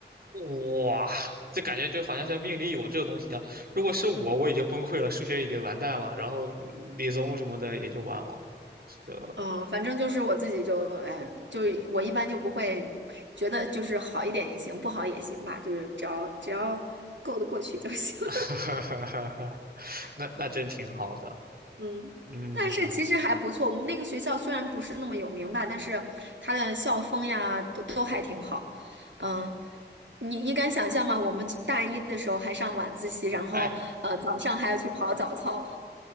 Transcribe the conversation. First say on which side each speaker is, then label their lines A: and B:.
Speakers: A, on the right; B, on the right.
A: 哇，这感觉就好像像命里有这个东西一样。如果是我，我已经崩溃了，数学已经完蛋了，然后理综什么的也就完了。这。
B: 嗯，反正就是我自己就，哎，就是我一般就不会觉得就是好一点也行，不好也行吧，就是只要只要够得过去就行。
A: <laughs> 哈哈哈哈哈那那真挺好的。
B: <laughs> 嗯，
A: 嗯，
B: 但是其实还不错，我们那个学校虽然不是那么有名吧，但是它的校风呀都都还挺好。嗯，你你敢想象吗？我们大一的时候还上晚自习，然后呃早上还要去跑早操。
A: 哎，